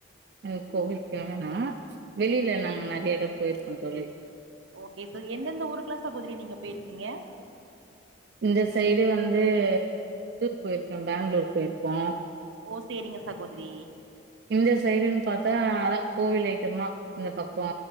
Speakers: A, on the right; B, on the right.
A: அ கோவில்க் வேணுனா வெளில நாங்க நெறைய எடோ போய்ர்க்கோ தோழி
B: ஓகே ச எந்தெந்த ஊருக்குலா சகோதரி நீங்க பேய்ர்க்கீங்க
A: இந்த சைடு வந்து இதுக்கு போய்ர்க்கோ பேங்ளூரு போய்ர்க்கோ
B: ஓ சேரிங்க சகோதிரி
A: இந்த சைடுன் பாத்தா அதா கோவில் ஐட்டம்தா இந்த பக்கோ